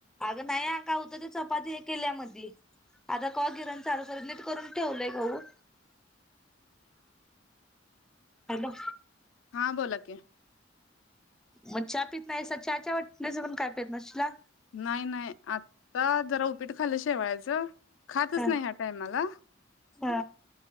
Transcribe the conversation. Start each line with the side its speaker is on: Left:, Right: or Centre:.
Centre: अग नाही आक्का होत ते चपाती हे केल्या मधी ती आता कवा गिरण चालू करल नीट करून ठेवलंय गहू. हॅलो
Left: हां बोला की
Centre: मग चहा पित नाहीसा चहाच्या वाटणीचं पण काय पीत नसचीला?
Left: नाही नाही आता जरा उपीट खाल्लं शेवायचं. खातच
Centre: ह
Left: नाही ह्या टाइमाला
Centre: ह